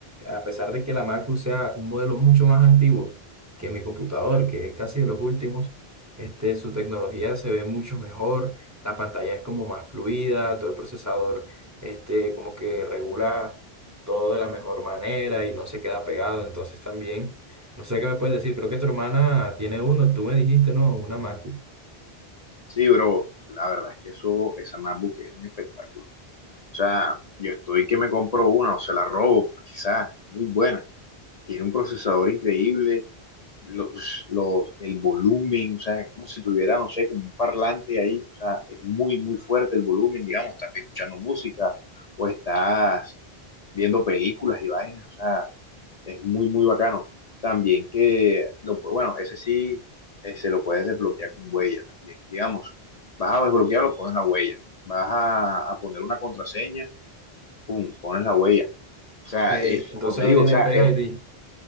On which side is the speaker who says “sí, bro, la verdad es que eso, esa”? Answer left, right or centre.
Left